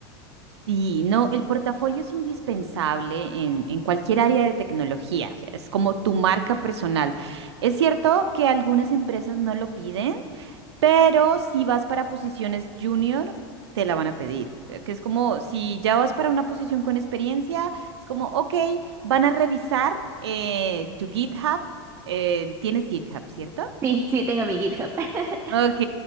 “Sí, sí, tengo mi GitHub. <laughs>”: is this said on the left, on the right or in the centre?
Right